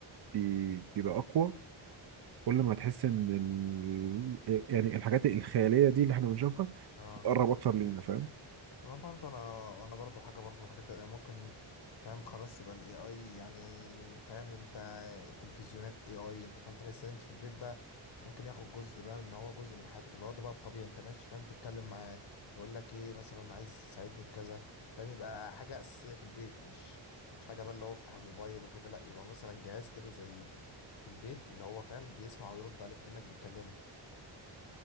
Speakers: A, on the right; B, on the left.
A: بي- بيبقى اقوى كل ما هتحس ان ال... إيه، يعني الحاجات الخياليه دي اللي احنا بنشوفها
B: لا
A: تقرب اكتر لينا فاهم
B: هو برضه انا وانا برضه حاجه برضه من حاجات ممكن فاهم خلاص تبقى الاي اي يعني فاهم انت التلفزيونات اي اي انت فاهم تحس ان انت في البيت بقى ممكن ياخد جزء بقى من ان هو جزء من حياتك اللي هو ده بقى الطبيعي انت ماشي فاهم تتكلم معاه يقول لك ايه مثلا عايز تساعدني في كذا فاهم يبقى حاجه اساسيه في البيت مش مش حاجه بقى اللي هو افتح الموبايل وكده لا يبقى مثلا جهاز كده زي في في البيت اللي هو فاهم بيسمع ويرد عليك كأنك بتكلمه